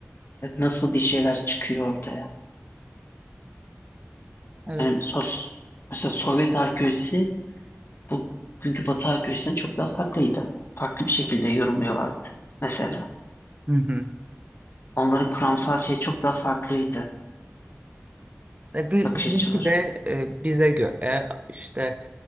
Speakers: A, on the left; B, on the right.
A: Mesela nasıl bir şeyler çıkıyor ortaya?
B: Evet.
A: Yani sos, mesela Sovyet arkeolojisi bugünkü Batı arkeolojisinden çok daha farklıydı. Farklı bir şekilde yorumluyorlardı mesela.
B: Hı hı.
A: Onların kuramsal şeyi çok daha farklıydı
B: E, bi-
A: bakış
B: Bizimki
A: açıları.
B: de e, bize göre işte